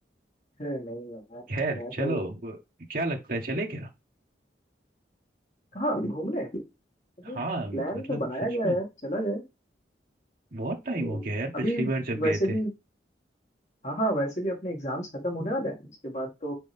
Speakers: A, on the left (about 40°); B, on the right (about 50°).
A: अरे नहीं यार
B: खैर
A: मैं
B: चलो
A: तो
B: ब- क्या लगता है चले क्या
A: कहाँ घूमने अरे
B: हाँ मतलब
A: प्लान तो बनाया
B: सच
A: गया
B: में
A: है यार चला जाए
B: बहुत टाइम
A: तो
B: हो गया यार
A: अभी
B: पिछली बार जब गए
A: वैसे
B: थे
A: भी हाँ हाँ वैसे भी अपने एग्जाम्स खत्म होने वाले हैं उसके बाद तो